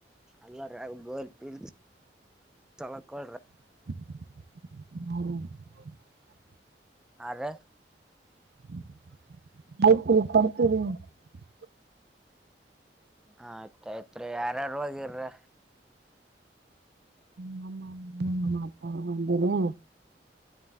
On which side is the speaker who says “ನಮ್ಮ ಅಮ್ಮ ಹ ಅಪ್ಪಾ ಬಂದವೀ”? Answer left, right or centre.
Right